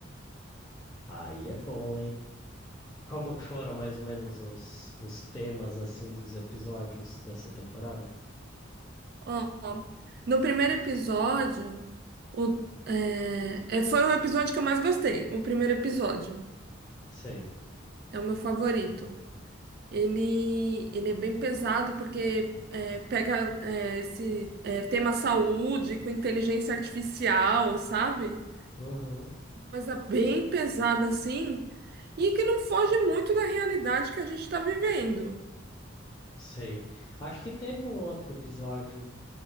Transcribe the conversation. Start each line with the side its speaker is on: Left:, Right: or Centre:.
Left: Aí é bom, hein? Como que foram mais ou menos os, os temas assim dos episódios dessa temporada?
Right: Ó, ó, no primeiro episódio, o- é, é, foi o episódio que eu mais gostei. O primeiro episódio
Left: Sei.
Right: é o meu favorito. Ele, ele é bem pesado porque é, pega é, esse é, tema saúde com inteligência artificial, sabe?
Left: Uhum,
Right: Coisa bem pesada assim, e que não foge muito da realidade que a gente está vivendo.
Left: sei. Acho que teve um outro episódio,